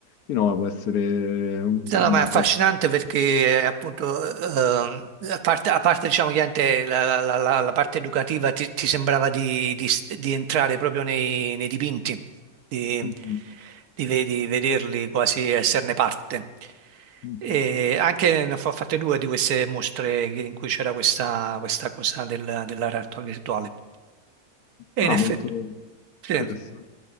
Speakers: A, on the left; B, on the right.
A: Sì, no, può essere un-
B: No,
A: una
B: no, ma è affascinante
A: cosa...
B: perché eh, appunto, ehm, a parte, a parte, diciamo, chiaramente la, la- la- la- la parte educativa ti, ti sembrava di, di s- di entrare proprio nei, nei dipinti di,
A: Mhm,
B: di ve- di vederli, quasi esserne parte.
A: mhm,
B: E
A: mhm. <laughs>
B: anche ne ho fa- fatte due di queste mostre che- in cui c'era questa, questa cosa del- della realtà virtuale. E
A: Ah,
B: in effetti,
A: molto.
B: sì,
A: Interessante.